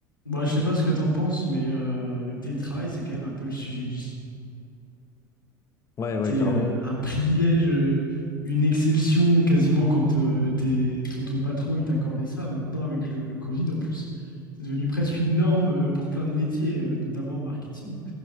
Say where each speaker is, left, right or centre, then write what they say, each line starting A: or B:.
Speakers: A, on the left; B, on the left.
A: Bon, je sais pas ce que t'en penses, mais euh, le télétravail, c'est quand même un peu le sujet du siècle.
B: Ouais, ouais,
A: C'est
B: carrément.
A: euh, un privilège, euh, une exception quasiment quand euh, t'es- ton, ton patron il t'accordait ça. Maintenant, avec le, le Covid en plus, c'est devenu presque une norme euh, pour plein de métiers, euh, notamment en marketing.